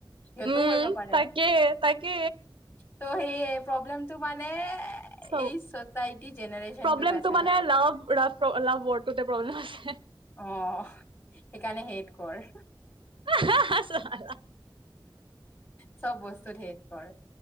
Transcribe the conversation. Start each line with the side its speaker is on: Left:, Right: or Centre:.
Left: সিহতো
Right: উম
Left: কৰিব পাৰে
Right: তাকে তাকে
Left: ত' সেই প্ৰব্লেমটো মানে
Right: চ
Left: এই চচাইটি জেনেৰচনটোৰ
Right: প্ৰব্লেমটো
Left: আছে
Right: মানে
Left: ভাই
Right: লাভ লাভ লাভ ৱৰ্ডটোতে প্ৰব্লেম আছে
Left: অ সেইকাৰণে সেইত কৰ
Right: উ হা হা ছালা <inaudible>
Left: চব বস্তুত হেট কৰ